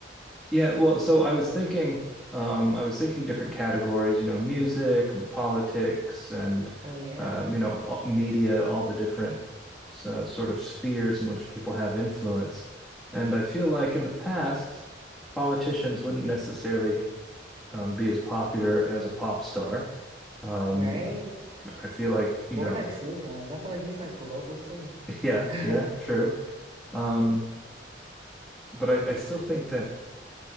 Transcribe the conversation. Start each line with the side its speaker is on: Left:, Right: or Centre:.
Centre: Yeah, well, so I was thinking, um, I was thinking different categories, you know, music and politics and
Right: Oh yeah.
Centre: um, you know all- media, all the different uh, sort of spheres in which people have influence. And I feel like in the past, politicians wouldn't necessarily um, be as popular as a pop star. Um,
Right: Right?
Centre: I feel like, you
Right: Or
Centre: know,
Right: like Snoop Dogg. I feel like he's like global too.
Centre: <laughs> yeah,
Right: <laughs>
Centre: yeah, true. Um, but I, I still think that